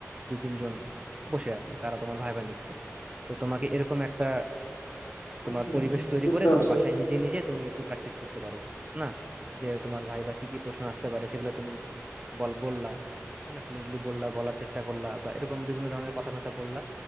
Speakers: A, on the right; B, on the left.
A: দু তিনজন বসে আছে তারা তোমার ভাইবা নিচ্ছে তো তোমাকে এরকম একটা
B: হম
A: তোমার
B: হম
A: পরিবেশ তৈরি
B: বুঝতে
A: করে
B: পারছি
A: তুমি বাসায় নিজে নিজে তুমি একটু প্র্যাকটিস করতে পারো না যে তোমার ভাই বা কি কি প্রশ্ন আসতে পারে সেগুলো তুমি বল বললা তাই না ফ্লুয়েন্টলি বললা বলার চেষ্টা করলা বা এরকম বিভিন্ন ধরনের কথা কথা বললা